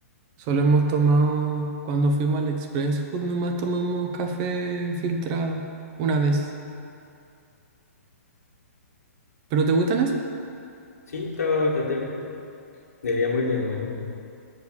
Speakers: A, on the right (about 25°); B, on the left (about 85°).
A: Solo hemos tomado, cuando fuimos al Express, justo nomás tomamos café filtrado una vez. ¿Pero te gustan esos?
B: Sí, estaba bastante rico. Deberíamos ir de nuevo.